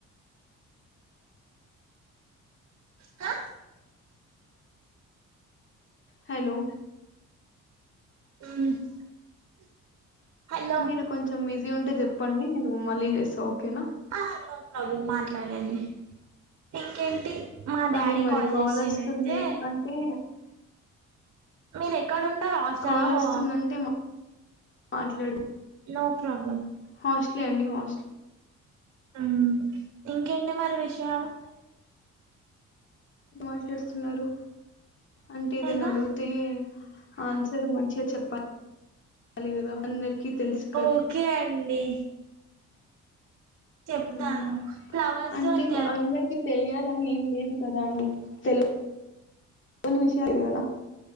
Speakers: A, on the right; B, on the left.
A: హ
B: హలో
A: <unintelligible> హలో
B: మీరు కొంచెం బి జి ఉంటే చెప్పండి నేను మళ్ళీ చేస్తా ఓకేనా.
A: ఆ నో ప్రాబ్లం మాట్లాడండి. ఇంకేంటి? మా డాడీ
B: అదే మరి కాల్
A: చేసిండు
B: వస్తుంది
A: అయితే
B: అంటే
A: మీరే క్కడ ఉంటారు హాస్టలా
B: కాలొస్తుందంటే
A: వా
B: మాట్లాడు.
A: నో ప్రాబ్
B: హాస్ట్లే అండి హాస్ట్లే
A: హ్ ఇంకేంటి మరి విషయాలు.
B: మాట్లాడుతున్నారు. అంటే ఎదైనా
A: ఎలా
B: అడుగుతే ఆన్సర్ మంచిగా చెప్పాలి కదా అందరికి తెలుసు
A: ఓకే అండి. చెప్తాను
B: హ్మ్.
A: ఫ్లవర్స్
B: అంటే
A: గురించి
B: కొ
A: అడిగి
B: అందరికీ తెలియాలని ఏం లేదు కదా అండి. తెలు వని విషయం ఇది కదా.